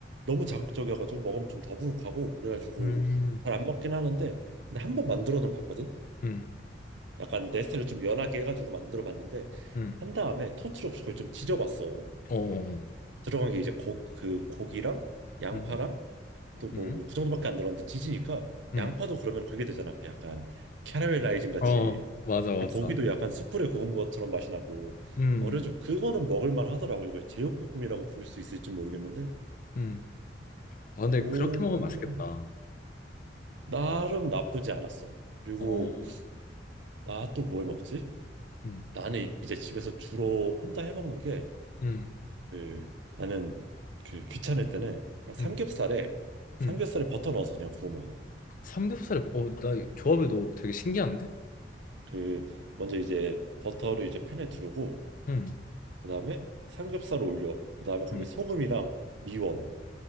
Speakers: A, on the right (about 85°); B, on the left (about 50°).
A: 너무 자극적이어가지고 먹으면 좀 더부룩하고 그래가지고
B: 음
A: 잘 안 먹긴 하는데 근데 한 번 만들어는 봤거든.
B: 응,
A: 약간 네스테를 좀 연하게 해가지고 만들어 봤는데
B: 응,
A: 한 다음에 토치로 그걸 좀 지져봤어.
B: 어,
A: 들어간 게 이제 고, 그 고기랑 양파랑
B: 응,
A: 또뭐
B: 응,
A: 뭐 그 정도밖에 안 들어갔는데 지지니까
B: 응.
A: 양파도 그러면 그게 되잖아. 그 약간 캐러멜라이징 같이
B: 어, 맞아, 맞아.
A: 이 고기도 약간 숯불에 구운 것처럼 맛이 나고
B: 응,
A: 어려져 그거는 먹을만 하더라고. 이걸 제육볶음이라고 부를 수 있을지 모르겠는데
B: 응. 아, 근데
A: 그거는
B: 그렇게 먹으면 맛있겠다.
A: 나름 나쁘지 않았어. 그리고
B: 어,
A: 나 또 뭘 먹지?
B: 응.
A: 나는 이제 집에서 주로 혼자 해 먹는 게
B: 음,
A: 그 나는 그 귀찮을 때는 그냥 삼겹살에
B: 음,
A: 삼겹살에
B: 음.
A: 버터 넣어서 그냥 구워 먹어.
B: 삼겹살에, 어, 나 조합이 너 되게 신기한데?
A: 그 먼저 이제 버터를 이제 팬에 두르고
B: 음,
A: 그다음에 삼겹살을 올려 그다음에 거기에
B: 음,
A: 소금이랑 미원